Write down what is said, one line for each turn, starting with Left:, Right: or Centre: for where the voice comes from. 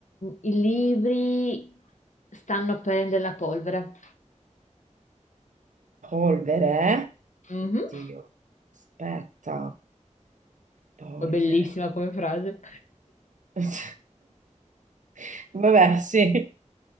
Left: i libri stanno a prendere la polvere.
Right: Polvere.
Left: Mhm.
Right: Oddio. Aspetta. Polvere.
Left: Poi Bellissima come frase.
Right: polvere. <laughs> Vabbè, sì.